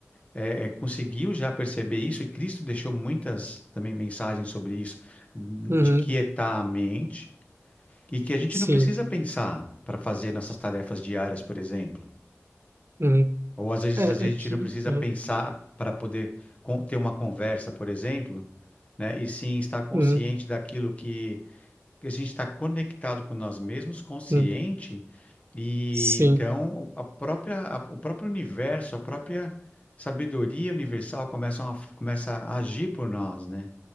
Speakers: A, on the left; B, on the right.
A: eh, eh, conseguiu já perceber isso, e Cristo deixou muitas também mensagens sobre isso, de
B: uhum,
A: quietar a mente, e que a gente
B: sim,
A: não precisa pensar para fazer nossas tarefas diárias, por exemplo.
B: uhum.
A: Ou às vezes,
B: É,
A: às vezes
B: é
A: a
B: que,
A: gente não precisa
B: é,
A: pensar para poder con- ter uma conversa, por exemplo, né? E sim estar consciente
B: uhum,
A: daquilo que, que a gente está conectado com nós mesmos, consciente,
B: uhum,
A: e
B: sim.
A: então a própria, a- o próprio universo, a própria sabedoria universal começam a, começa a agir por nós, né?